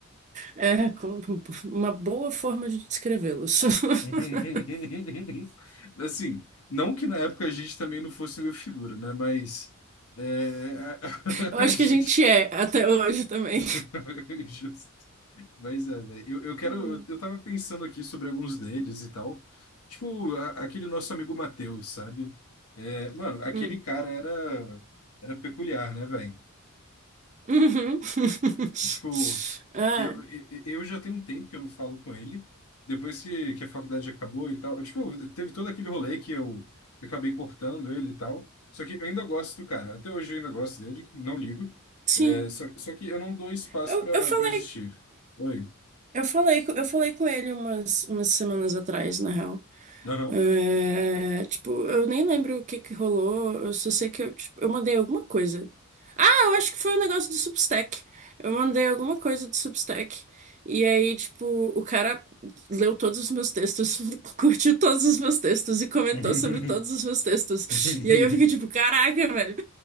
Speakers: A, on the right; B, on the left.
A: É, com- uma boa forma de descrevê-los.
B: <laughs>
A: <laughs>
B: Assim, não que na época a gente também não fosse meio figura, né? Mas é,
A: Eu
B: a,
A: acho
B: <laughs> a gente...
A: que a gente é até hoje também.
B: <laughs> Mas é, velho. Eu, eu quero.
A: Hum.
B: Eu, eu tava pensando aqui sobre alguns deles e tal. Tipo, a- aquele nosso amigo Matheus, sabe? É, mano, aquele
A: Hum.
B: cara era, era peculiar, né, velho?
A: Uhum. <laughs>
B: Tipo,
A: Ah,
B: eu, eu, eu já tenho um tempo que eu não falo com ele. Depois que, que a faculdade acabou e tal. Tipo, teve todo aquele rolê que eu, eu acabei cortando ele e tal. Só que eu ainda gosto do cara. Até hoje eu ainda gosto dele, não ligo.
A: sim.
B: É, só, só que eu não dou espaço
A: Eu,
B: pra,
A: eu falei
B: pra existir. Oi.
A: Eu falei, co- eu falei com ele umas, umas semanas atrás, na real.
B: Aham.
A: É, tipo, eu nem lembro o que que rolou, eu só sei que eu, tipo, eu mandei alguma coisa. Ah, eu acho que foi um negócio do Substack. Eu mandei alguma coisa do Substack. E aí, tipo, o cara leu todos os meus textos, <laughs> curtiu todos os meus textos e comentou
B: <laughs>
A: sobre todos os meus textos.
B: <laughs>
A: E aí eu fiquei tipo, caraca, velho.